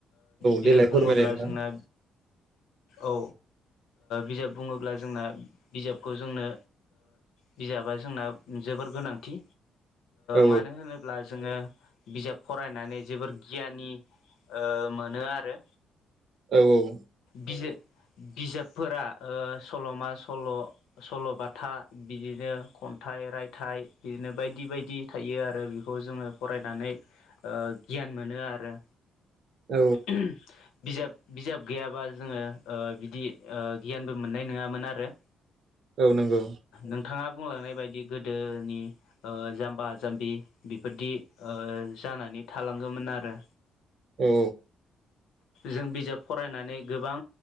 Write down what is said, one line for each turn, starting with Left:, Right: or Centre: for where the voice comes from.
Left: बिजाब
Right: देलाय फोरमायलाय
Left: बुङोब्ला
Right: नोंथां
Left: जोंना औ बिजाब बुङोब्ला जोंना बिजाबखौ जोंनो बिजाबा जोंना जोबोर गोनांथि।
Right: औ
Left: मानो होनोब्ला जोङो बिजाब फरायनानै जोबोर गियानि ओ मोनो आरो।
Right: औ औ
Left: बिज बिजाबफोरा सल'मा सल' सल'बाथा बिदिनो खन्थाइ रायथाइ बिदिनो बायदि बायदि थायो आरो बेखौ जोङो फरायनानै ओ गियान मोनो आरो।
Right: औ
Left: <inaudible> बिजाब बिजाब गैयाबा जोङो ओ बिदि गियानबो मोननाय नङामोन आरो।
Right: औ नंगौ
Left: नोंथाङा बुंलांनाय बायदि गोदोनि ओ जाम्बा जाम्बि बेफोरदि जानानै थालाङोमोन आरो।
Right: औ
Left: जों बिजाब फरायनानै गोबां